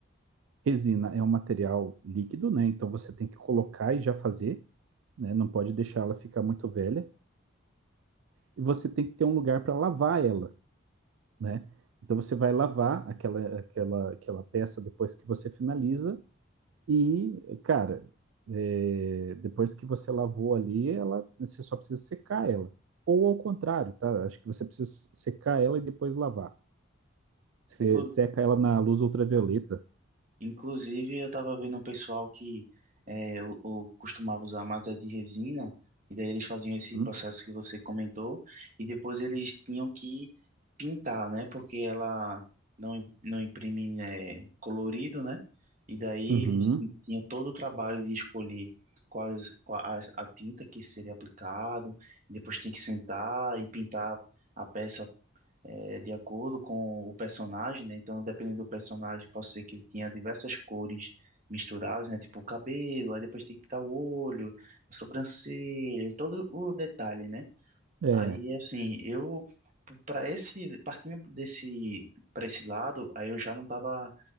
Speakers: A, on the right; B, on the right.
A: Resina é um material líquido, né? Então você tem que colocar e já fazer, né? Não pode deixar ela ficar muito velha. E você tem que ter um lugar para lavar ela. né? Então você vai lavar aquela, aquela, aquela peça depois que você finaliza e, cara, é, depois que você lavou ali, ela, você só precisa secar ela. Ou ao contrário, tá? Acho que você precisa secar ela e depois lavar. Você
B: Inclu-
A: seca ela na luz ultravioleta.
B: Inclusive, eu tava vendo um pessoal que é, o, o- costumava usar mais a de resina, e daí eles faziam esse
A: Uhum.
B: processo que você comentou, e depois eles tinham que pintar, né? Porque ela não, im- não imprime, né, colorido, né? E daí
A: Uhum.
B: eles ti- tinham todo o trabalho de escolher quais, qual a, a tinta que seria aplicado, e depois tem que sentar e pintar a peça é, de acordo com o personagem, né? Então, dependendo do personagem, pode ser que ele tinha diversas cores misturadas, né? Tipo o cabelo, aí depois tem que pintar o olho, a sobrancelha, e todo o detalhe, né?
A: É,
B: Aí, assim, eu para esse partindo desse para esse lado, aí eu já não tava